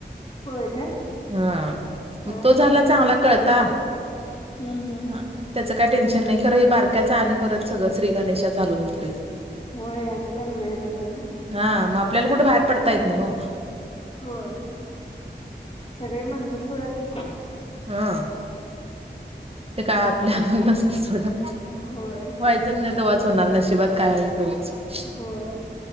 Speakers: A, on the left; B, on the right.
A: होय काय
B: हा,
A: हा
B: तो झाला
A: हा
B: चांगला कळता.
A: हम्म हम्म
B: हा त्याच काय टेन्शन नाही खरं हे बारग्याच आणि परत सगळं श्री गणेशा चालू होतोय.
A: होय, ह्यातच आणि वेळ जातोय असा.
B: हा मग आपल्याला कुठे बाहेर पडता येत नाही ओ.
A: होय, सगळे म्हणतात सोडा तसं
B: हा, ते काय आपल्यावर नसत सोडा.
A: होय
B: व्हायचं नाही तवाच होणार नशिबात काय आहे तेच
A: होय.